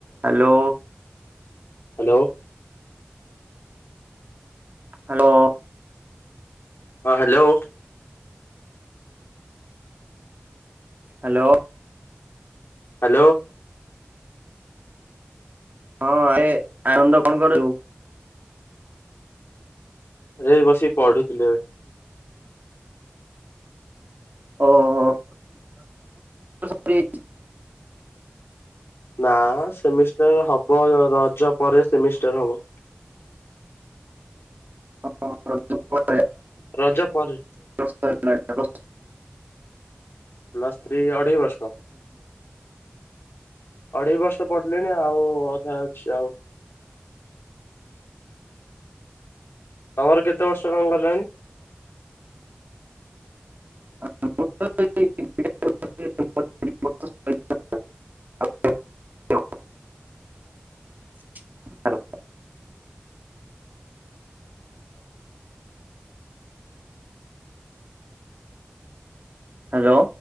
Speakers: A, on the right; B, on the left.
A: Hello.
B: Hello.
A: Hello.
B: ହଁ hello.
A: Hello.
B: Hello.
A: ହଁ ଏ ଆନନ୍ଦ କଣ କରଛୁ?
B: ଏରେ ବସିିକି ପଢୁଥିଲେି ଏବେ।
A: ଓହୋ <inaudible>
B: ନା ସେମିଷ୍ଟାର ହବ ରଜ ପରେ ସେମିଷ୍ଟାର ହବ।
A: ଁ <inaudible>
B: ରଜ ପରେ
A: <inaudible>
B: ପ୍ଲସ୍ ଥ୍ରି ଅଢେଇ ବର୍ଷ ଅଢେଇ ବର୍ଷ ପଡ ଲିଣି ଆଉ ଅଧା ଅଛି ଆଉ। ତମର କେତେ ବର୍ଷ କଣ ଗଲାଣି?
A: <inaudible> ହାଲୋ।